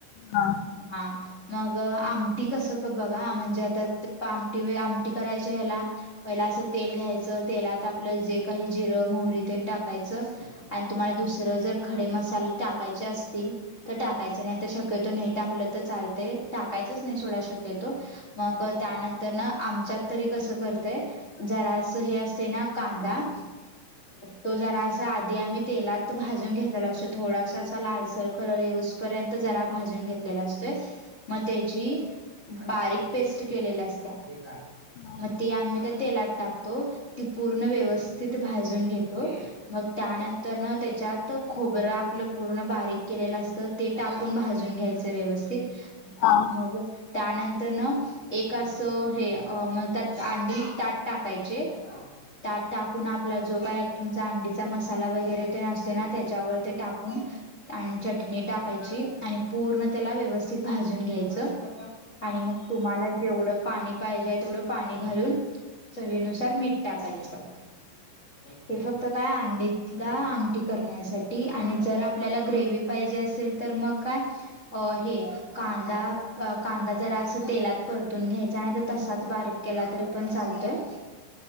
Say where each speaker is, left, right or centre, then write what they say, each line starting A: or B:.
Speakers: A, on the left (about 75°); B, on the left (about 30°).
A: हा
B: त्यार मग आमटी कसं बघा म्हणजे आता आमटी आमटी करायच्या ह्याला- पहिला असं तेल घ्यायचं तेलात आप - आप जे काही जिरं मोहरी टाकायचं आणि तुम्हाला दुसरं जर - खडे मसाले टाकायचे असतील तर टाकायचे नाही. शक्यतो नाही टाकलं तर चालत टाकायचंच नाही सोडा शक्यतो. मग त्यानंतर ना आमच्यात तरी कसं करतय जरा असं हे असते ना! कांदा तो जरा- आधी आम्ही तेलात भाजून घेतलेला असो थोडासा असा लालसर कलर येऊसपर्यंत जरा भाजून घेत. कापलेलला असतोय - मग त्याची बारीक पेस्ट केलेल्या असत्या
A: हा
B: मग ती आम्ही त्या तेलात टाकतो ती पूर्ण व्यवस्थित भाजून घेतो मग त्यानंतर त्याच्यात खोबरं आपलं पूर्ण बारीक केलेलं असतं ते टाकून भाजून घ्यायचं व्यवस्थित
A: हा
B: मग त्यानंतर न एक असं हे म त्यात आंधी ताट टाकायचे त्यात टाकून आपला जो काय तुमचा अंडीचा मसाला वगैरे ते नसते ना त्याच्यावर ते टाकून आणि चटणी टाकायची आणि पूर्ण त्याला व्यवस्थित भाजून घ्यायचं <inaudible> आणि मग तुम्हाला जेवढं पाणी पाहिजे तेवढं पाणी घालून चवीनुसार मीठ टाकायचं. हे फक्त काय अंडीतला आमटी करण्यासाठी आणि जर आपल्याला ग्रेव्ही पाहिजे असेल! तर मग काय - अ हे कांदा कांदा जरा अस तेलात परतून घ्यायचा नाही तर तसाच बारीक - केला तरी पण चालतोय.